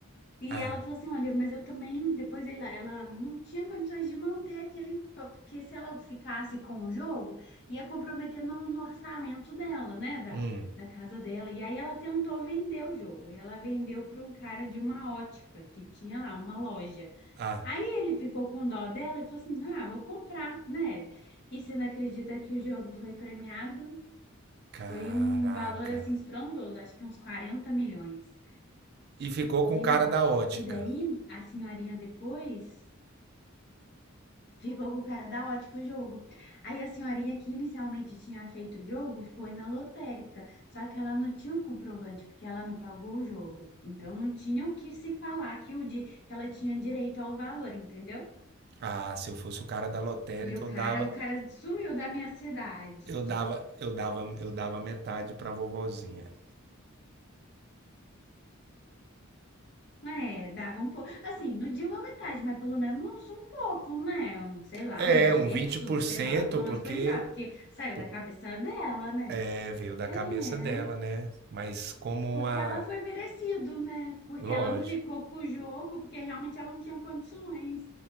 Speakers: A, on the left; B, on the right.
A: E
B: Ah,
A: ela falou assim, olha, mas eu também, depois ela, ela não tinha condições de manter aquele, pa- porque se ela ficasse com o jogo, ia comprometer no, no orçamento dela, né, da,
B: hum,
A: da casa dela. E aí ela tentou vender o jogo, ela vendeu para um cara de uma ótica, que tinha lá uma loja.
B: ah,
A: Aí ele ficou com dó dela e falou assim, ah, vou comprar, né? E você não acredita que o jogo foi premiado?
B: caraca.
A: Foi um valor, assim, estrondoso, acho que uns 40 milhões.
B: E ficou
A: Verdade.
B: com o cara da ótica.
A: E daí a senhorinha depois ficou com o cara da ótica o jogo. Aí a senhorinha que inicialmente tinha feito o jogo foi na lotérica, só que ela não tinha um comprovante porque ela não pagou o jogo. Então não tinha o que se falar que o di que ela tinha direito ao valor, entendeu?
B: Ah, se eu fosse o cara da lotérica,
A: E o
B: eu
A: cara,
B: dava,
A: o cara sumiu da minha cidade.
B: eu dava, eu dava, eu dava metade pra vovozinha.
A: É, dava um pouco. Assim, não digo a metade, mas pelo menos um pouco, né? Um, sei lá,
B: É,
A: um terço,
B: um vinte por
A: sei
B: cento,
A: lá, pelo
B: porque,
A: menos para ajudar, porque saiu
B: porque
A: da cabeça dela, né?
B: é, veio da
A: É,
B: cabeça dela, né? Mas como
A: porque
B: a,
A: ela foi merecido, né? Porque
B: lógico.
A: ela não ficou com o jogo, porque realmente ela não tinha condições.